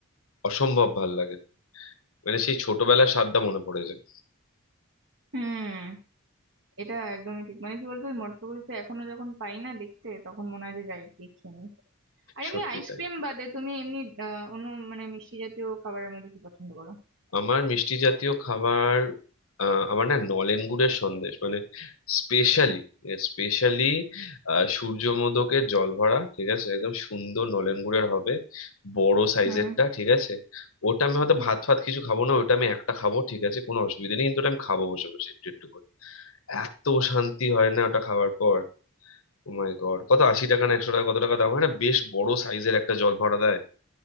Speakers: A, on the left (about 70°); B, on the right (about 55°).
A: অসম্ভব ভাল লাগে মানে সেই ছোটবেলার স্বাদটা মনে পড়ে যায়
B: হুম এটা একদমই ঠিক মানে কি বলতো ওই মটকা কুলফি এখনো যখন পাই না দেখতে তখন মনে হয় যে যাই গিয়ে খেয়ে নিই। আর এমনি
A: সত্যি
B: আইসক্রিম
A: তাই
B: বাদে তুমি এমনি আহ অন্য মানে মিষ্টি জাতীয় খাবারের মধ্যে কি পছন্দ করো
A: আমার মিষ্টি জাতীয় খাবার আহ, আমার না নলেন গুড়ের সন্দেশ মানে স্পেশালি স্পেশালি সূর্যমোদকের জল ভরা ঠিক আছে একদম সুন্দর নলেন গুড়ের হবে বড় সাইজেরটা
B: হুম
A: ঠিক আছে ওটা আমি হয়তো
B: উফ,
A: ভাত ফাত কিছু খাবো না ওটা আমি একটা খাবো ঠিক আছে কোনো অসুবিধা নেই কিন্তু ওটা আমি খাবো বসে বসে একটু একটু করে এত শান্তি হয় না ওটা খাওয়ার পর ও মাই গড কত আশি টাকা না একশো টাকা কত টাকা দাম হয় না বেশ বড় সাইজের একটা জল ভরা দেয়